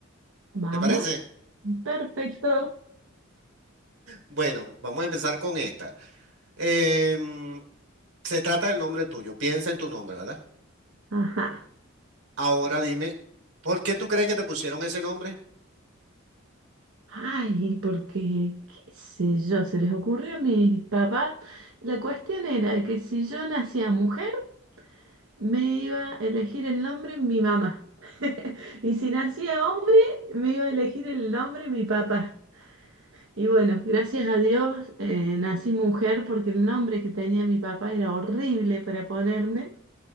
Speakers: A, on the right; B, on the right.
A: Vamos.
B: ¿te parece?
A: Perfecto.
B: Bueno, vamos a empezar con esta. Em, se trata del nombre tuyo. Piensa en tu nombre, ¿verdad?
A: Ajá.
B: Ahora dime, ¿por qué tú crees que te pusieron ese nombre?
A: Ay, porque, qué sé yo, se les ocurrió a mis papás. La cuestión era que si yo nacía mujer, me iba a elegir el nombre mi mamá. <laughs> Y si nacía hombre, me iba a elegir el nombre mi papá. Y bueno, gracias a Dios eh, nací mujer porque el nombre que tenía mi papá era horrible para ponerme.